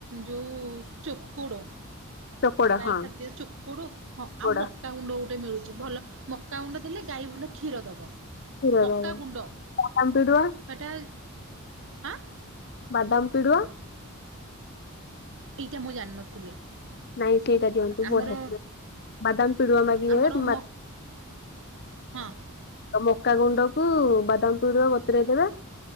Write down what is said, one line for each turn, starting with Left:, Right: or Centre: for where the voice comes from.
Right: ଯୋଉ ଚୋକଡ
Left: ଚୋକଡ
Right: ଗାଈ
Left: ହଁ
Right: ଖାଦ୍ୟ ଚୋକୋଡ ହଁ
Left: ଚୋକଡ
Right: ଆଉ ମକା ଗୁଣ୍ଡ ଗୋଟେ ମିଳୁଚି। ମକା ଗୁଣ୍ଡ ଦେଲେ ଗାଈ ଭଲ କ୍ଷୀର ଦେବ
Left: କ୍ଷୀର
Right: ମକା
Left: ବାଦାମ
Right: ଗୁଣ୍ଡ
Left: ପିଡୁଆ
Right: ସେଟା ଆଁ।
Left: ବାଦାମ ପିଡୁଆ।
Right: ଏଇଟା ମୁଁ ଜାଣିନଥିଲି।
Left: ନାଇଁ ସେଇଟା ଦିଅନ୍ତୁ
Right: ଆମର
Left: ବଢିଆ ବାଦାମ ପିଡୁଆ ମାଗିବେ
Right: ଆମର ମ ହଁ।
Left: ମକା ଗୁଣ୍ଡକୁ ବାଦାମ ପିଡୁଆ ବତୁରେଇ ଦେବେ